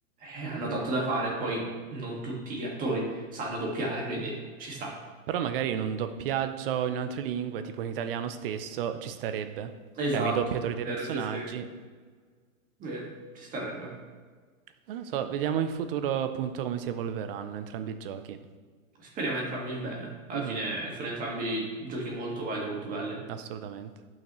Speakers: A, on the right (about 20°); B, on the right (about 40°).
A: eh, hanno tanto da fare, poi non tutti gli attori sanno doppiare, quindi ci sta.
B: Però magari in un doppiaggio in altre lingue, tipo in italiano stesso, ci starebbe.
A: Esatto,
B: Chiami i doppiatori dei
A: vero,
B: personaggi.
A: sì, sì, vero, ci starebbe.
B: Non lo so, vediamo in futuro appunto come si evolveranno entrambi i giochi.
A: Speriamo entrambi in bene. Alla
B: Mhm,
A: fine sono entrambi giochi molto validi, e molto belli.
B: assolutamente.